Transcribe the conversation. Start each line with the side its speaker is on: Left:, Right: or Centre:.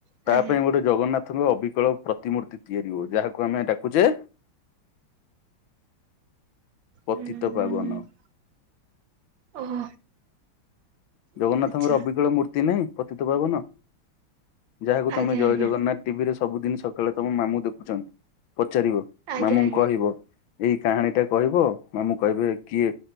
Right: ଆଜ୍ଞା
Left: ତା
Right: ଆଜ୍ଞା
Left: ପାଇଁ ଗୋଟେ ଜଗନ୍ନାଥ ଥଙ୍କ ଅବିକଳ ପ୍ରତିମୂର୍ତ୍ତି ତିଆରି ହଉ ଯାହାକୁ ଆମେ ଡାକୁଛେ ପତିିତ
Right: ହୁଁ
Left: ପାବନ।
Right: ଓହୋ
Left: ଜଗନ୍ନାଥଙ୍କର
Right: ଆଚ୍ଛା
Left: ଅବିକଳ ମୂର୍ତ୍ତି ନାହିଁ? ପତିତ ପାବନ। ଯାହାକୁ ତମେ
Right: ଆଜ୍ଞା
Left: ଜୟ
Right: ଆଜ୍ଞା
Left: ଜଗନ୍ନାଥ ଟିଭିରେ ସବୁଦିନ ସକାଳେ ତମ ମାମୁଁ ଦେଖୁଛନ୍ତି। ପଚାରିବ
Right: ଆଜ୍ଞା
Left: ମାମୁଁଙ୍କୁ
Right: ଆଜ୍ଞା
Left: କହିବ ଏଇ କାହାଣୀଟା କହିବ ମାମୁଁ କହିବେ କିଏ?